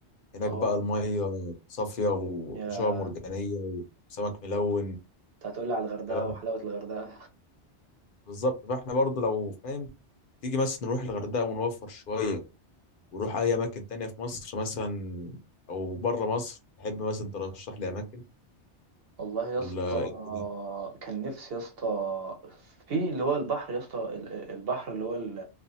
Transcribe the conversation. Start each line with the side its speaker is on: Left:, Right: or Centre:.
Left: هناك
Right: اه
Left: بقى الميه صافيه وفي
Right: يا
Left: شعاب مرجانيه وسمك ملون
Right: انت هتقولي على الغردقة
Left: الكلام
Right: وحلاوة
Left: ده
Right: الغردقة
Left: بالظبط فاحنا برضه لو فاهم تيجي بس نروح الغردقة ونوفر شوية ونروح أي أماكن تانية في مصر مثلا أو بره مصر تحب مثلا ترشح لي أماكن
Right: والله يا
Left: ولا
Right: اسطى
Left: إيه الدنيا؟
Right: كان نفسي يا اسطى في اللي هو البحر يا اسطى ال- ال- البحر اللي هو ال-